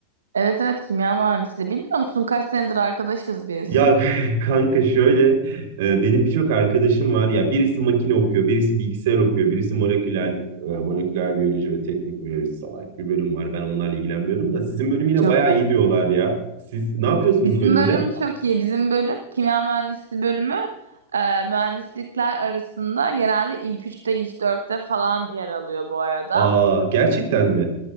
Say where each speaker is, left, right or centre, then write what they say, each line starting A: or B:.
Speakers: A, on the right (about 70°); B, on the right (about 55°).
A: Evet evet kimya mühendisliği. Bilmiyor musun kaç senedir arkadaşız biz?
B: Ya <laughs> kanka şöyle e, benim birçok arkadaşım var ya birisi makine okuyor birisi bilgisayar okuyor birisi moleküler e, moleküler biyoloji ve teknik biyoloji salak bir bölüm var ben onlarla ilgilenmiyorum da sizin bölüm yine
A: Çok
B: bayağı iyi diyorlar ya siz ne yapıyorsunuz
A: Bizim
B: bölümde?
A: bölüm çok iyi. Bizim bölüm kimya mühendisliği bölümü e, mühendislikler arasında genelde ilk üçte ilk dörtte falan yer alıyor bu arada.
B: Aa gerçekten mi?